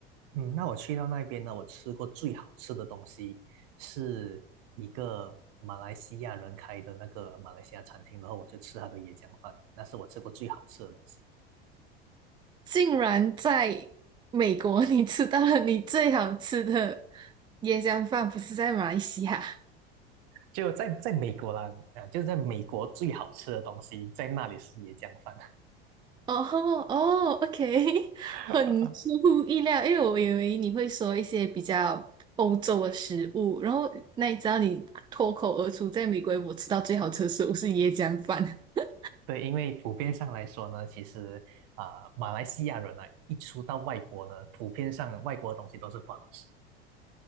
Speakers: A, on the right (about 55°); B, on the right (about 15°).
A: 嗯，那我去到那边呢，我吃过最好吃的东西是一个马来西亚人开的那个马来西亚餐厅，然后我就吃他的椰浆饭，那是我吃过最好吃的东西。
B: 竟然在美国 <laughs> 你吃到了你最好吃的椰浆饭，不是在马来西亚？
A: 就在在美国啦，啊，就是在美国最好吃的东西，在那里是椰浆饭。
B: 哦哦，OK，<laughs>
A: <laughs>
B: 很出乎意料，因为我以为你会说一些比较欧洲的食物，然后那你知道你脱口而出，在美国我吃到最好吃的食物是椰浆饭。<laughs>
A: 对，因为普遍上来说呢，其实啊、马来西亚人啊，一出到外国呢，普遍上外国的东西都是不好吃。